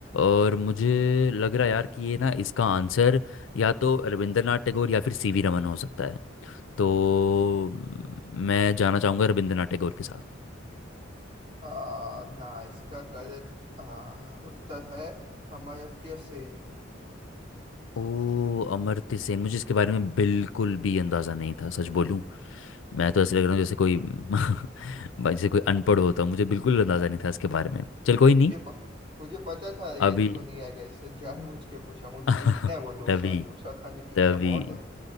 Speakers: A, on the left; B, on the right.
A: और मुझे लग रहा है यार कि ये ना इसका आंसर या तो रविंद्रनाथ टैगोर या फिर सीवी रमन हो सकता है तो म, मैं जाना चाहूँगा रविंद्रनाथ टैगोर के साथ
B: आ, ना इसका करेक्ट आ, उत्तर है अमर्त्य सेन
A: ओ अमर्त्य सेन मुझे इसके बारे में बिल्कुल भी अंदाज़ा नहीं था सच बोलूं
B: <laughs>
A: मैं तो ऐसे लग रहा हूँ जैसे कोई <laughs> भाई जैसे कोई अनपढ़ होता मुझे बिल्कुल अंदाज़ा नहीं था इसके बारे में चल कोई नहीं
B: मुझे प, मुझे पता था ये
A: अभी
B: देखो नहीं आएगा इसलिए जानबूझ के पूछा मुझे
A: <laughs>
B: जीतना है वो डोसा
A: तभी
B: डोसा खाने की इच्छा
A: तभी
B: बहुत है